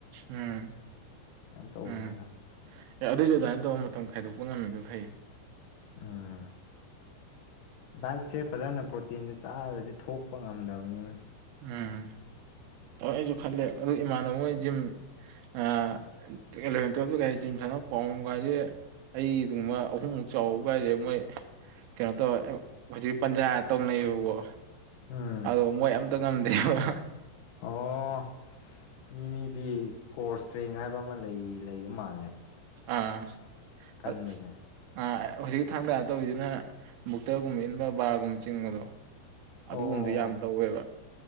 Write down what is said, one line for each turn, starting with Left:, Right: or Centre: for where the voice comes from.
Right: ꯎꯝ
Left: ꯇꯧꯕꯅꯤꯗ
Right: ꯎꯝ ꯑꯦ ꯑꯗꯨꯖꯨ ꯑꯗꯨꯃꯥꯏ ꯇꯧꯔ ꯃꯇꯝ ꯈꯥꯏꯗꯣꯛꯄ ꯉꯝꯃꯤꯗꯣ ꯐꯩꯌꯦ
Left: ꯎꯝ ꯗꯥꯏꯠꯁꯦ ꯐꯥꯖꯅ ꯄ꯭ꯔꯣꯇꯤꯟꯁꯦ ꯆꯥꯗꯔꯗꯤ ꯊꯣꯛꯄ ꯉꯝꯗꯕꯅꯤꯅꯦ
Right: ꯎꯝ ꯑꯩꯖꯨ ꯈꯜꯂꯦ ꯑꯗꯨ ꯏꯃꯥꯟꯅꯕ ꯃꯣꯏ ꯖꯤꯝ ꯑꯥ ꯑꯦꯂꯚꯦꯟ ꯇꯨꯋꯜꯄꯇꯒꯥꯏꯁꯤ ꯀꯔꯤ ꯖꯤꯝ ꯁꯥꯟꯅꯕ ꯄꯥꯝꯕꯣꯝꯒꯥꯏꯖꯦ ꯑꯩꯒꯨꯝꯕ ꯑꯍꯨꯝꯃꯨꯛ ꯆꯥꯎꯕ ꯀꯥꯏꯖꯦ ꯃꯣꯏ ꯀꯩꯅꯣ ꯇꯧꯌꯦ ꯍꯧꯖꯤꯛ ꯄꯟꯖꯥ ꯇꯧꯅꯩꯌꯦꯕꯀꯣ
Left: ꯎꯝ
Right: ꯑꯗꯣ ꯃꯣꯏ ꯑꯝ ꯇꯥ ꯉꯝꯗꯦꯕ
Left: ꯑꯣ ꯃꯤ ꯃꯤꯗꯤ ꯀꯣꯔ ꯏꯁꯇ꯭ꯔꯦꯡ ꯍꯥꯏꯕ ꯑꯃ ꯂꯩ ꯂꯩꯕ ꯃꯥꯜꯂꯦ
Right: ꯑꯥ
Left: ꯀꯟꯕꯁꯦ
Right: ꯑꯠ ꯑꯥ ꯍꯨꯖꯤꯛꯀꯤ ꯊꯥꯡ ꯇꯥ ꯇꯧꯔꯤꯁꯤꯅ ꯕꯨꯛꯇꯔꯒꯨꯝꯕ ꯏꯟꯕ ꯕꯥꯔꯒꯨꯝꯕ ꯆꯤꯡꯕꯗꯣ ꯑꯗꯨꯒꯨꯝꯕꯗꯣ
Left: ꯑꯣ
Right: ꯌꯥꯝ ꯇꯧꯋꯦꯕ